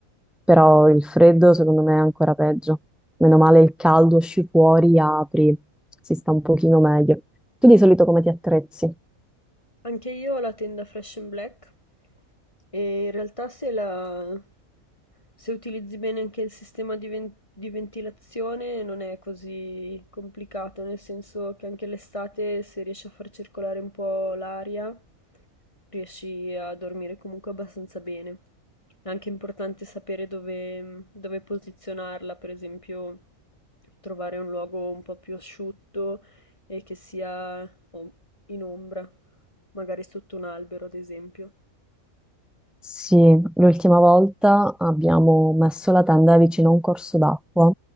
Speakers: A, in the centre; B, on the left.
A: Però il freddo secondo me è ancora peggio. Meno male il caldo, esci fuori, apri, si sta un pochino meglio. Tu di solito come ti attrezzi?
B: Anche io ho la tenda Fresh and Black e in realtà se, la- se utilizzi bene anche il sistema di, ven- di ventilazione non è così complicato, nel senso che anche l'estate se riesci a far circolare un po' l'aria riesci a dormire comunque abbastanza bene. È anche importante sapere dove, dove posizionarla, per esempio trovare un luogo un po' più asciutto e che sia om- in ombra, magari sotto un albero, ad esempio.
A: Sì, l'ultima volta abbiamo messo la tenda vicino a un corso d'acqua.